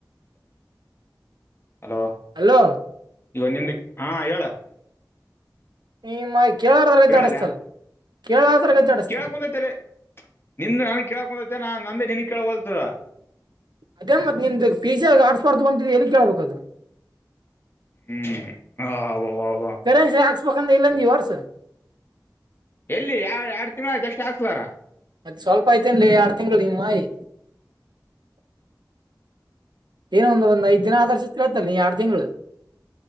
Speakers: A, on the left (about 30°); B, on the right (about 70°).
A: ಹಲೋ
B: ಹಲೋ
A: ಇವ ನಿಂದಿ ಹಾ ಹೇಳ
B: ಈಮ್ಮ ಕೇಳಾರ್ರ
A: ಹೇಳಲ್ಲ
B: ಅಡಸ್ತಲ್ ಕೇಳದ್ರಗ ದ ಅಡಸ್ತಲ್
A: ಕೇಳಕೊಂದೈತೆ ನಿಂದ ನನ್ಗ್ ಕೇಳಕ ಹೊಂದೈತೆ ನಾ ನಂದೆ ನಿನ್ ಕೇಳಲ್ತ
B: ಅದೇ ಮತ್ ನಿಮ್ದ ಪಿಜ ಆಡ್ಸ್ಬಾರ್ದು ಬಂತಿ ಎಲ್ಲಿ ಕೇಳ್ಬ ಅದು
A: ಹ್ಮ್ ಆ, ವಾ, ವಾ, ವಾ.
B: ಕರೆ ಸ ಆಕ್ಷಪಖಂಡಂತ ಇಲ್ಲಂದ
A: ಎ-
B: ವರ್ಸ
A: ಎಲ್ಲಿ ಯ ಎರಡ್ ತಿಂಗಳು ಎಷ್ಟು ಹಾಕ್ಲಾರ
B: ಮದ ಸ್ವಲ್ಪ ಐ್ತನ್ ಎರಡ್ ತಿಂಗಳು ನಿಮ್ಮಾಯಿ ಏನ ಒಂದ ಒಂದ ಐದ್ ದಿನ ಆದರ್ಶತಿರತ್ತಲ್ಲ ನೀ ಯಾರ್ಡ್ ತಿಂಗಳು